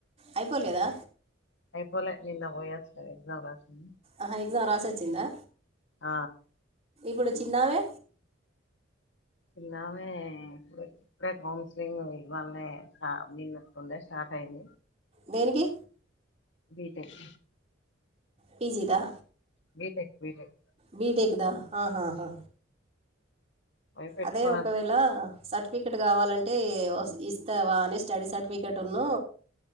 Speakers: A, on the right; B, on the left.
A: అయిపోలేదా?
B: అయిపోలే నిన్న పోయీ వచ్చిన ఎగ్జామ్ రాసి
A: ఆహ ఎగ్జమ్ రాసొచ్చిందా?
B: ఆ
A: ఇప్పుడు చిన్నామే
B: నామె ఇప్పుడే కౌన్సిలింగ్ ఇవాళ స నిన్నట్టుండే స్టార్ట్ అయింది.
A: దేనికి?
B: బీటెక్
A: పిజీదా?
B: బీటెక్ బిటెక్
A: బీటెక్దా ఆహాహా
B: పోయి పెట్టుకొని
A: అదే ఒకవేళ
B: వచ్చినం.
A: సర్టిఫికెట్ కావాలంటే ఇస్తావా అని స్టడీ సర్టిఫికేట్ ఉన్ను